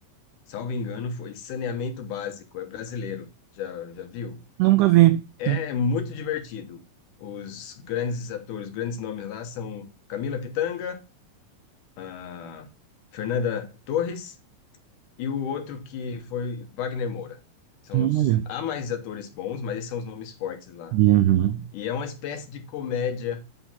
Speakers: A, on the left (about 75°); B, on the right (about 85°).
A: Salvo engano, foi Saneamento Básico, é brasileiro. Já, já viu?
B: Nunca vi.
A: É
B: Hum,
A: muito divertido. Os grandes atores, grandes nomes lá são Camila Pitanga, a Fernanda Torres e o outro que foi Wagner Moura. São
B: Olha.
A: os... Há mais atores bons, mas esses são os nomes fortes lá.
B: Uhum.
A: E é uma espécie de comédia.